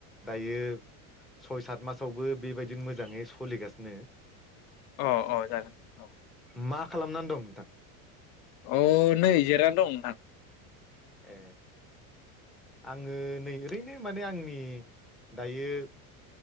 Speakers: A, in the centre; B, on the left.
A: दायो सय सात मासावबो बेबायदिनो मोजाङै सलिगासिनो।
B: अ अ जागोन औ।
A: मा खालामनानै दं नोंथां?
B: अ नै जिरानानै दं नोंथां।
A: ए आङो नै ओरैनो माने आंनि दायो